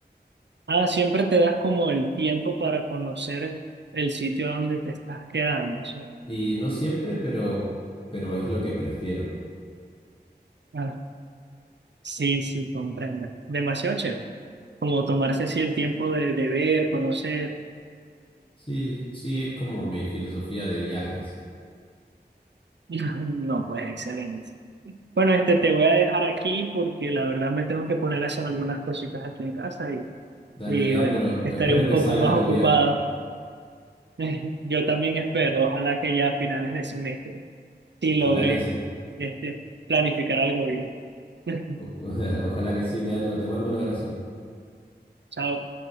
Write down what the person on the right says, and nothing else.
Ah, siempre te das como el tiempo para conocer el sitio donde te estás quedando, ¿sí?
Ah, sí, sí, comprendo. Demasiado chévere. Como tomarse así el tiempo de, de ver, conocer.
<laughs> No, pues excelente. Bueno, este te voy a dejar aquí porque la verdad me tengo que poner a hacer algunas cositas aquí en casa y,
y
bueno, estaré
un
poco
más ocupado.
<laughs> Yo también espero, ojalá que ya a finales de semestre sí
logre
este, planificar algo bien. <laughs>
Chao.